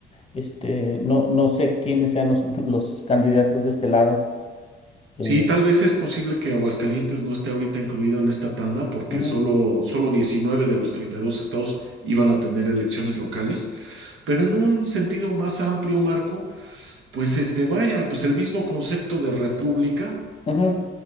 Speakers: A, on the left; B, on the right.
A: Este, no, no sé quiénes sean los, <laughs> los candidatos de este lado. Eh,
B: Sí, tal vez es posible que Aguascalientes no esté ahorita incluido en esta tanda porque
A: ujú,
B: solo, solo 19 de los 32 estados iban a tener elecciones locales, pero en un sentido más amplio, Marco, pues este, vaya, pues el mismo concepto de república
A: ujú,